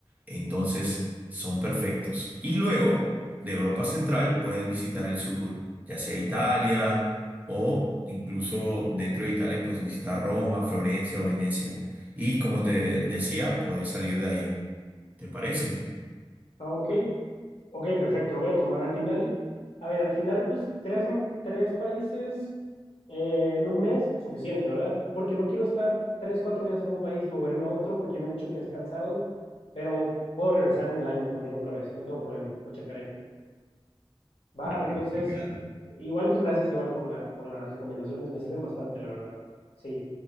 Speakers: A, on the right; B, on the left.
A: entonces son perfectos. Y luego, de Europa Central, puedes visitar el sur, ya sea Italia o incluso dentro de Italia, pues visitar Roma, Florencia o Venecia. Y como te decía, puedes salir de ahí. ¿Te parece?
B: Ah, ok. Ok, perfecto, lo voy a tomar. Al final, a ver, al final, pues tres, tres países eh, en un mes, suficiente, ¿verdad? Porque no quiero estar tres, cuatro días en un país y moverme a otro porque me han dicho que es cansado, pero puedo regresar en el año también otra vez, no tengo problema, lo checaré. Va,
A: Dale,
B: entonces,
A: sí, claro.
B: igual pues gracias igual por la, por las recomendaciones, me sirven bastante, la verdad. Sí.